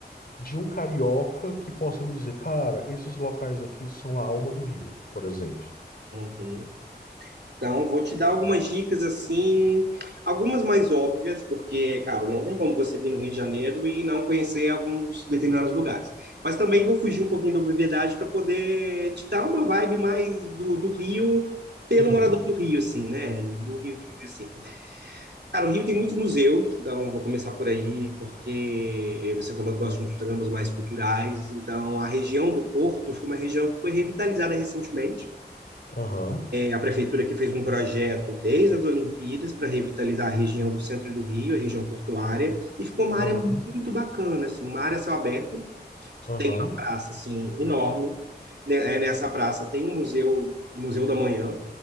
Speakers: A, on the left; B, on the right.
A: de um carioca que possa me dizer, cara, esses locais aqui são a alma do Rio, por exemplo.
B: Uhum. Então, vou te dar algumas dicas assim, algumas mais óbvias, porque, cara, não tem como você vir no Rio de Janeiro e não conhecer alguns determinados lugares. Mas também vou fugir um pouquinho da obviedade para poder te dar uma vibe mais do, do Rio, pelo
A: Uhum.
B: morador do Rio, assim, né? Do Rio que vive assim. Cara, o Rio tem muitos museus, então vou começar por aí, porque você falou que gosta de uns programas mais culturais, então a região do Porto foi uma região que foi revitalizada recentemente
A: Aham.
B: a prefeitura que fez um projeto desde as Olimpíadas para revitalizar a região do centro do Rio, a região portuária, e ficou uma
A: Aham.
B: área muito bacana, assim, uma área a céu aberto, que
A: Aham.
B: tem uma
A: Aham.
B: praça assim enorme. Né, é, Nessa praça tem um museu, Museu da Manhã,